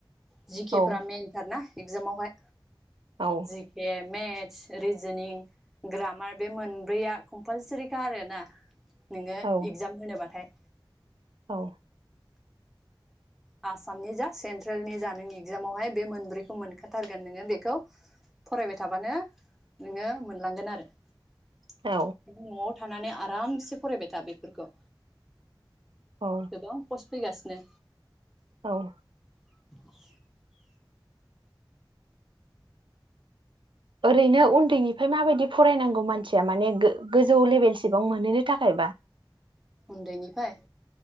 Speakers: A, in the centre; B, on the right.
A: जिकेफ्रा
B: औ
A: मेएनथार ना। एगजामावहाय
B: औ
A: जिके मेट <unintelligible> रिजनिं ग्रामार बे मोनब्रैया कम्पालसारिखा आरोना नोङो
B: औ
A: इगजाम होनोबाथाय।
B: औ।
A: आसामनि जा सेन्ट्रेलनि जा नों इगजामावहाय बे मोनब्रैखौ मोनखाथारगोन नोङो बेखौ फरायबाय थाबानो नोङो मोनलांगोन आरो। नों
B: औ
A: न'आव थानानै आब रामसे फरायबाय था बेफोरखौ।
B: औ
A: गोबां पस फैगासिनो।
B: औ।
A: <inaudible>
B: ओरैनो उन्दैनिफाय माबायदि फरायनांगौ मानसिया माने गोज गोजौ लेभेलसिबां मोनहैनो थाखायबा।
A: उन्दैनिफाय।